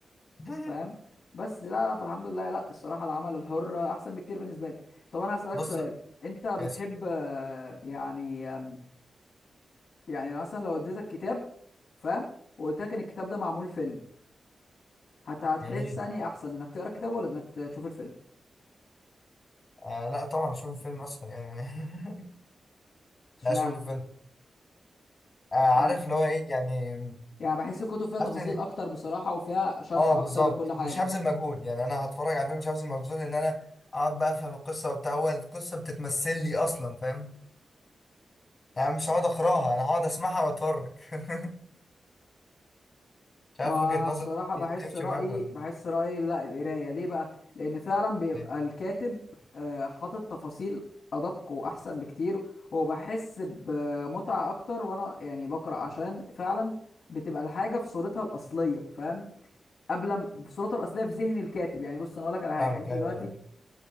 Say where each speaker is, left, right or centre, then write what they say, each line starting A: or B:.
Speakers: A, on the left; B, on the left.
A: <laughs>
B: فاهم بس لا لا فالحمد لله لا الصراحه العمل الحر احسن بكتير بالنسبه لي طب انا هسالك
A: بص
B: سؤال انت بتحب
A: اسف
B: آه، يعني آم، يعني مثلا لو اديتك كتاب فاهم وقلت لك ان الكتاب ده معمول فيلم هت هتحس
A: جميل
B: اني احسن انك تقرا الكتاب ولا انك تشوف الفيلم
A: آه لا طبعا اشوف فيلم اسهل يعني <laughs>
B: اشمعنى
A: لا شوف انت آه، عارف
B: اشمعنى
A: اللي هو ايه يعني
B: يعني بحس الكتب فيها
A: حاسس
B: تفاصيل
A: ان
B: اكتر بصراحه وفيها شرح
A: اه
B: اكتر
A: بالظبط
B: لكل حاجه
A: مش هبذل مجهود يعني انا هتفرج على فيلم مش هبذل مجهود ان انا اقعد بقى افهم القصه وبتاع هو القصه بتتمثل لي اصلا فاهم يعني مش هقعد اقراها انا هقعد اسمعها واتفرج <laughs> مش عارف
B: ما
A: وجهه نظرك
B: بصراحة بحس
A: دي تمشي
B: رأيي
A: معاك ولا
B: بحس رأيي لا القراية ليه بقى؟ لأن فعلا بيبقى
A: ليه
B: الكاتب آه، حاطط تفاصيل أدق وأحسن بكتير وبحس بمتعة أكتر وأنا يعني بقرأ عشان فعلا بتبقى الحاجة في صورتها الأصلية فاهم؟ قبل ما- في صورتها الأصلية في ذهن الكاتب يعني بص أنا أقول لك على حاجة
A: فاهمك
B: أنت
A: ايوه
B: دلوقتي
A: ايوه